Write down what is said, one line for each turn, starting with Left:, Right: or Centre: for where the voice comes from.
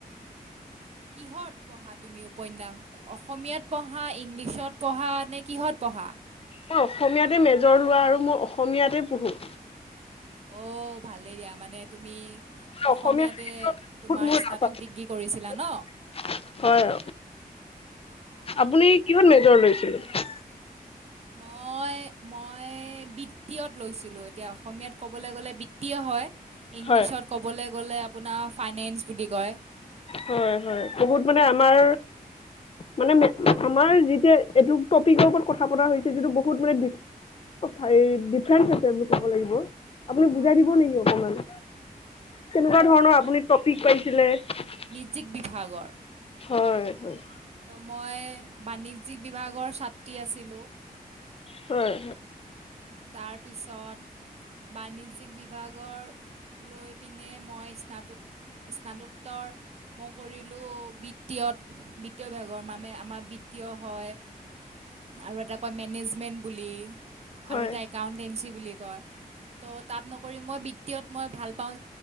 Right: কিহত পঢ়া তুমি উপন্যাস অসমীয়াত পঢ়া ইংলিছত পঢ়া নে কিহত পঢ়া।
Left: মই অসমীয়াতে মেজৰ লোৱা আৰু মই অসমীয়াতে পঢ়োঁ।
Right: অ ভালেই দিয়া মানে তুমি অসমীয়াতে
Left: অসমীয়া সাহিত্যত
Right: তোমাৰ
Left: বহুত মোৰ
Right: স্নাতক
Left: ৰাপ আছিলে
Right: ডিগ্ৰী কৰিছিলা ন?
Left: হয়
Right: অ',
Left: আপুনি
Right: ভালেই ভালেই।
Left: কিহত মেজৰ লৈছিলে ।
Right: মই মই বিত্তীয়ত লৈছিলো এতিয়া অসমীয়াত ক'বলৈ গ'লে বৃত্তীয় হয় ইংলিছত
Left: হয়,
Right: ক'বলৈ গলে আপোনাৰ ফাইনেন্স বুলি কয়
Left: হয় হয় বহুত মানে আমাৰ
Right: হয়
Left: মানে আমাৰ যেতিয়া এইটো টপিকৰ ওপৰত কথা পতা হৈছে যিটো বহুত মানে ডিফাৰেন্ঞ্চ আছে বুলি কব লাগিব আপুনি বুজাই
Right: হয়
Left: দিব
Right: হয়।
Left: নেকি অকমান? কেনেকুৱা
Right: অ'
Left: ধৰণৰ আপুনি টপিক পাইছিলে ।
Right: জ্যিক বিভাগৰ
Left: হয় হয়।
Right: ত' মই বাণিজ্যিক বিভাগৰ ছাত্ৰী আছিলো।
Left: হয়।
Right: তাৰপিছত বাণিজ্যিক বিভাগৰ লৈ পিনে মই স্নাত স্নাতোত্তৰ মই কৰিলোঁ বিত্তীয়ত বিত্তীয় বিভাগৰ মামে আমাৰ বিত্তীয় অ হয় আৰু এটা কয় মেনেজমেণ্ট বুলি।
Left: হয়।
Right: আৰু এটা একাউণ্টেঞ্চি। বুলি কয় ত' তাত নকৰি মই বিত্তীয়ত মই ভাল পাওঁ